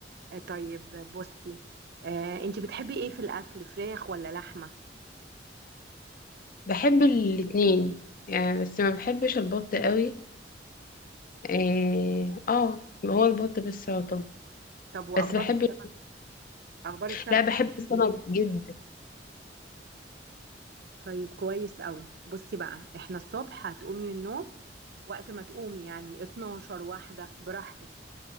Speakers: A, on the right (about 60°); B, on the left (about 50°).
A: آه، طيب بصي آه، انت بتحبي ايه في الاكل فراخ ولا لحمه
B: بحب الاتنين يعني بس ما بحبش البط قوي اه آه، هو البط بس يعتبر
A: طب واخبار
B: بس بحب
A: السمك اخبار السمك
B: لا بحب
A: معاكي
B: السمك
A: ايه
B: جدا
A: طيب كويس قوي بصي بقى احنا الصبح هتقومي من النوم وقت ما تقومي يعني 12 واحدة براحتك